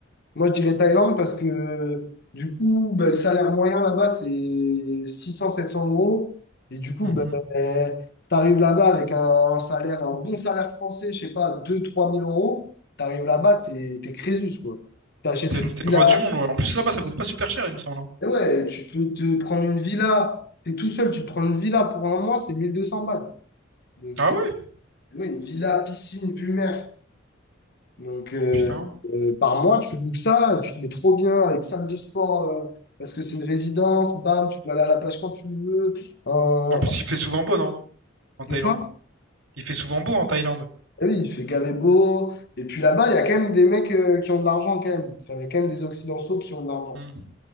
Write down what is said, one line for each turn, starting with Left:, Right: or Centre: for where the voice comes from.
Left: Moi, je dirais Thaïlande parce que du coup, ben, le salaire moyen là-bas, c'est six cents sept cents euros. Et du coup,
Right: Mhm.
Left: ben, tu arrives là-bas avec un salaire, un bon salaire français, je sais pas, deux trois mille euros. Tu arrives là-bas, t'es, t'es Crésus, quoi. Tu t'achètes
Right: T'es
Left: une
Right: le, t'es
Left: villa.
Right: le roi du monde, ouais. En plus, là-bas, ça coûte pas super cher, il me semble. hein.
Left: Et ouais, tu peux te prendre une villa. t'es tout seul, tu te prends une villa pour un mois, c'est 1200 balles. Donc,
Right: Ah
Left: euh,
Right: ouais?
Left: ouais, une villa, piscine, plus mer. Donc, euh,
Right: Putain.
Left: euh, par mois, tu loues ça, tu te mets trop bien avec salle de sport euh, parce que c'est une résidence, bam, tu peux aller à la plage quand tu veux. Euh,
Right: En plus, il fait souvent beau, non? En Thaïlande.
Left: de quoi?
Right: Il fait souvent beau en Thaïlande.
Left: Eh oui, il fait gavé beau. Et puis là-bas, il y a quand même des mecs euh, qui ont de l'argent quand même. Enfin, il y a quand même des Occidentaux qui ont de l'argent.
Right: Hmm.